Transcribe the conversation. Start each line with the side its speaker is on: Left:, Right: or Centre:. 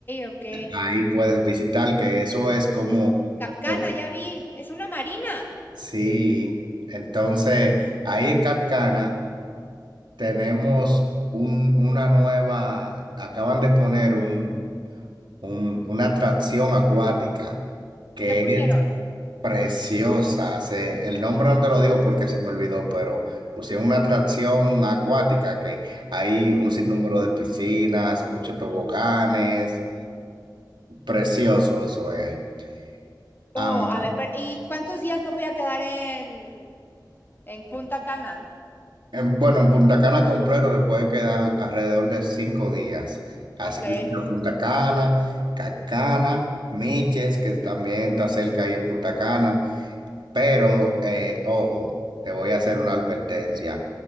Left: ok.
Right: Ahí puedes visitar, que eso es como,
Left: Capcana,
Right: como-
Left: ya vi. Es una marina.
Right: sí. Entonces, ahí en Cat Cana tenemos un, una nueva, acaban de poner un, un- una atracción acuática, que
Left: ¿Qué pusieron?
Right: es Preciosa, se- el nombre no te lo digo porque se me olvidó, pero pusieron una atracción acuática que hay un sinnúmero de piscinas, muchos toboganes, precioso eso es ahí.
Left: Oh,
Right: Am,
Left: a ver, pero- ¿y cuántos días me voy a quedar en, en Punta Cana?
Right: en- bueno, en Punta Cana completo te puede quedar alrededor de cinco días. Así
Left: Ok.
Right: que por Punta Cana, Cacana, Miches, que también está cerca ahí en Punta Cana, pero eh, ojo, te voy a hacer una advertencia.